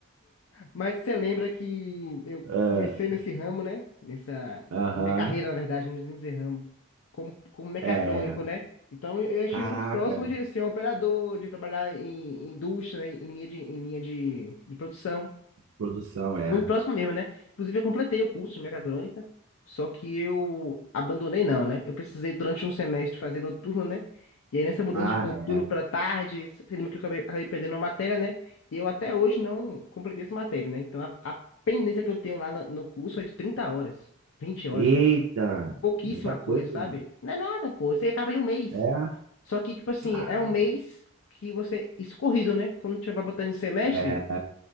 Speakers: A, on the left; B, on the right.
A: Mas você lembra que eu
B: É,
A: comecei nesse ramo, né? Nessa
B: Aham.
A: minha carreira, na verdade, não precisa dizer ramo, como, como mecatrônico,
B: É.
A: né? Então eu estive
B: Caraca,
A: muito próximo de ser um operador, de trabalhar em, em indústria, né? Em linha de, em linha de, de produção.
B: produção, é.
A: Muito próximo mesmo, né? Inclusive, eu completei o curso de mecatrônica, só que eu abandonei, não, né? Eu precisei, durante um semestre, fazer noturno, né? E aí, nessa mudança
B: Ah,
A: de noturno
B: é.
A: para tarde, teve que eu acabei, acabei perdendo uma matéria, né? E eu até hoje não completei essa matéria, né? Então, a, a pendência que eu tenho lá no, no curso é de 30 horas, vinte horas,
B: Eita,
A: sabe? pouquíssima
B: muita coisa.
A: coisa, sabe?
B: gente.
A: Não é nada, pô. Você acaba em um mês.
B: É, é,
A: Só que, tipo assim,
B: ah,
A: é um mês que você, escorrido, né? Quando você vai botando em semestre.
B: é.